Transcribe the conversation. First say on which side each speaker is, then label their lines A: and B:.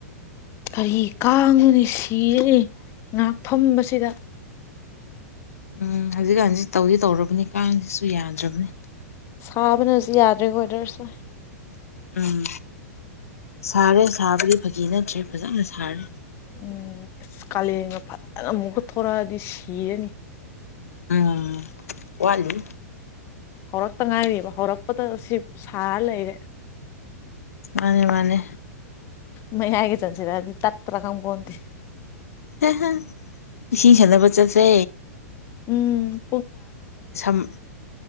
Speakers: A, on the left; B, on the left.
A: ꯀꯔꯤ ꯀꯥꯡꯉꯨꯅꯤ ꯁꯤꯔꯅꯤ ꯉꯍꯥꯛ ꯐꯕꯁꯤꯗ
B: ꯎꯝ ꯍꯧꯖꯤꯛꯀꯥꯟꯖꯤꯛ ꯇꯧꯗꯤ ꯇꯧꯔꯕꯅꯤ ꯀꯥꯡꯁꯤꯁꯨ ꯌꯥꯗ꯭ꯔꯕ ꯃꯅꯦ
A: ꯁꯥꯕꯅꯁꯨ ꯌꯥꯗ꯭ꯔꯦꯀꯣꯗꯔꯁ
B: ꯎꯝ ꯁꯔꯦ ꯁꯥꯕꯔꯤ ꯐꯥꯒꯤ ꯅꯠꯇ꯭ꯔꯦ ꯐꯖꯅ ꯁꯥꯔꯦ
A: ꯎꯝ ꯑꯁ ꯀꯥꯂꯦꯟꯒ ꯐꯖꯅ ꯑꯃꯨꯛꯀ ꯊꯣꯔꯛꯑꯗꯤ ꯁꯤꯔꯅꯤ
B: ꯑ ꯋꯥꯋꯥꯂꯤ
A: ꯍꯧꯔꯛꯇ ꯉꯥꯏꯔꯤꯔꯤꯕ ꯍꯧꯔꯛꯄꯗ ꯁꯤ ꯁꯥꯔ ꯂꯩꯔꯦ
B: ꯃꯥꯅꯦ ꯃꯥꯅꯦ
A: ꯃ ꯍꯥꯏꯒꯦ ꯆꯪꯁꯤꯔꯗꯤ ꯇꯠꯇ꯭ꯔ ꯀꯝ ꯀꯟꯦ
B: ꯍ ꯍꯥ ꯈꯥꯟꯅꯕꯅꯕ ꯆꯁꯦ
A: ꯎꯝꯨꯡ
B: ꯁꯝ